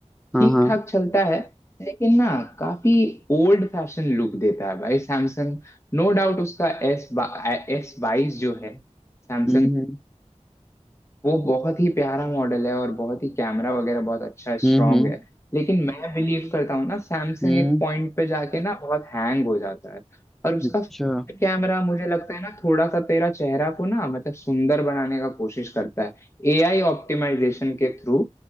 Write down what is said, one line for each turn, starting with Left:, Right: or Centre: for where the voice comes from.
Centre: हाँ
Left: ठीक
Centre: हाँ
Left: ठाक चलता है लेकिन ना काफी ओल्ड फैशन लुक देता है भाई सैमसंग नो डाउट उसका एस बा एस बाईस जो है सैमसंग
Centre: हम्म
Left: वो बहुत ही प्यारा मॉडल है और बहुत ही कैमरा वगैरह बहुत अच्छा
Centre: हम्म
Left: स्ट्रांग
Centre: हम्म
Left: है लेकिन मैं बिलीव करता हूँ ना सैमसंग
Centre: हम्म,
Left: एक पॉइंट पे जाके ना बहुत हैंग हो जाता है और उसका
Centre: अच्छा
Left: कैमरा मुझे लगता है ना थोड़ा सा तेरा चेहरा को ना मतलब सुंदर बनाने का कोशिश करता है एआई ऑप्टिमाइजेशन के थ्रू